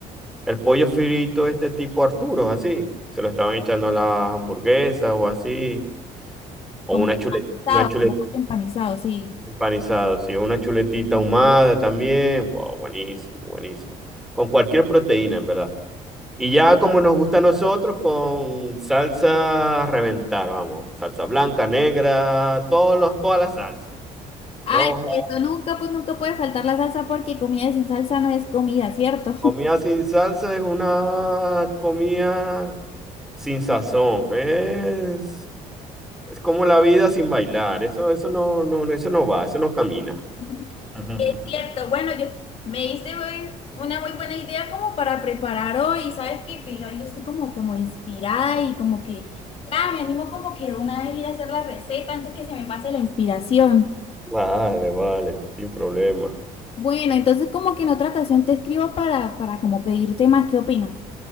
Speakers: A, in the centre; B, on the left (about 45°).
A: el pollo frito este tipo Arturo, así, se lo estaban echando a las hamburguesas o así, o
B: como
A: una chuleta,
B: empanizado,
A: una chuleta
B: como pollo empanizado, sí.
A: empanizada, sí, o una chuletita ahumada también, wow, buenísimo, buenísimo, con cualquier proteína, en verdad. Y ya como nos gusta a nosotros, con salsa a reventar, vamos. Salsa blanca, negra, todos los, todas las salsas.
B: Ay,
A: Roja.
B: que eso nunca, pues nunca puede faltar la salsa porque comida sin salsa no es comida, ¿cierto?
A: Comida sin salsa es una comida sin sazón. Es, es como la vida sin bailar. Eso, eso no, no, eso no va, eso no camina.
B: <laughs>
A: <laughs>
B: Es cierto, bueno, yo, me diste buen- una muy buena idea como para preparar hoy, ¿sabes qué? Que hoy estoy como, como inspirada y como que ya me animo como que de una vez ir a hacer la receta antes que se me pase la inspiración.
A: Vale, vale, sin problema.
B: Bueno, entonces como que en otra ocasión te escribo para, para como pedirte más, ¿qué opinas?